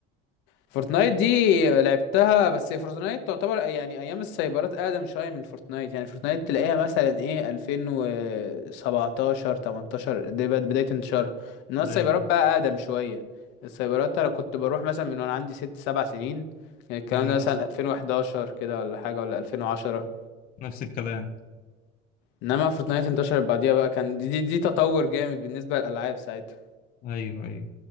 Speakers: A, on the left; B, on the left.
A: فورتنايت دي لعبتها بس فورتنايت تعتبر يعني ايام السايبرات اقدم شويه من فورتنايت يعني فورتنايت تلاقيها مثلا ايه 2017 18 دي بد- بدايه انتشارها انما السايبرات
B: ايوه
A: بقى اقدم شويه السايبرات انا كنت بروح مثلا من وانا عندي ست سبع سنين يعني الكلام
B: ايوه
A: ده مثلا
B: نفس
A: 2011 كده ولا حاجه ولا 2010
B: نفس الكلام
A: انما فورتنايت انتشرت بعديها بقى كان دي, دي, دي تطور جامد بالنسبه للالعاب ساعتها
B: ايوه ايوه